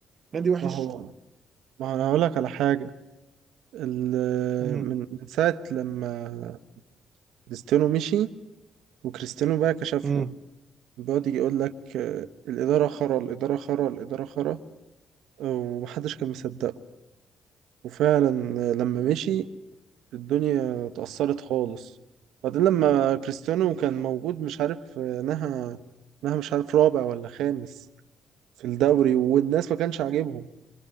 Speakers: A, on the right; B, on the right.
A: نادي وحش
B: ما هو ما هو انا هقول لك على حاجة ال-
A: امم
B: من من ساعة لما كريستيانو مشي وكريستيانو بقى كشفهم
A: امم
B: بيقعد يجي يقول لك آه، الإدارة خرا الإدارة خرا الإدارة خرا آه، ومحدش كان مصدقه وفعلا آه، لما مشي الدنيا اتأثرت خالص بعدين لما كريستيانو كان موجود مش عارف آه، نهى نهى مش عارف رابع ولا خامس في الدوري والناس ما كانش عاجبهم